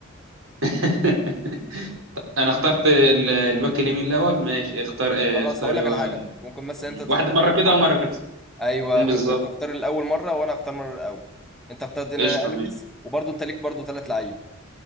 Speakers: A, on the right (about 70°); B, in the centre.
A: <laughs> انا اخترت ال- الباك اليمين الاول ماشي اختار اه،
B: خلاص
A: اختار
B: هقول
A: ايوه
B: لك على حاجه ممكن مثلا انت تختار
A: واحد مرة
B: المره
A: كده ومرة كده
B: ايوه
A: مم، بالظبط
B: ممكن انت تختار الاول مره وانا اختار مره الاول انت اختار داني
A: قشطة
B: الفيس
A: ماشي
B: وبرضو انت ليك برضو ثلاث لعيبه